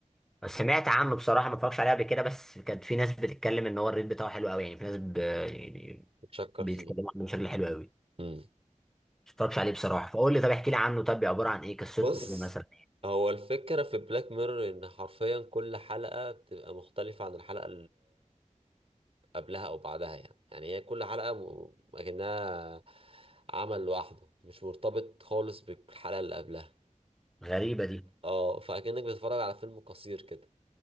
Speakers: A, in the centre; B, on the right (about 45°).
A: سمعت عنه بصراحه ما اتفرجش عليه قبل كده بس كانت في ناس بتتكلم ان هو الريت بتاعه حلو قوي يعني في ناس ب... يعني
B: متشكر
A: بيتكلموا
B: فيه
A: عنه بشكل حلو قوي ما
B: امم
A: اتفرجش عليه بصراحه فقول لي طب احكي لي عنه طب عباره عن ايه قصته
B: بص
A: ايه مثلا
B: هو الفكرة في بلاك ميرور إن حرفيا كل حلقة بتبقى مختلفة عن الحلقة قبلها او بعدها يعني يعني هي كل حلقه م- اكنها عمل لوحده مش مرتبط خالص بالحلقه اللي قبلها
A: غريبه دي
B: اه فاكنك بتتفرج على فيلم قصير كده